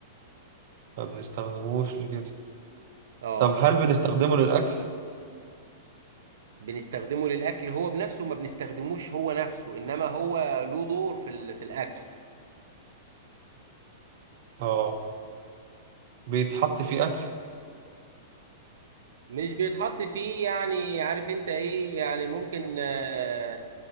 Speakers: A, on the right (about 50°); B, on the right (about 80°).
A: ما بنستخدموش لكده
B: اه
A: طب هل بنستخدمه للأكل
B: بنستخدمه للاكل هو بنفسه ما بنستخدموش هو نفسه انما هو له دور في ال... في الاكل
A: اه بيتحط فيه أكل
B: مش بيتحط فيه يعني عارف انت ايه يعني ممكن آه،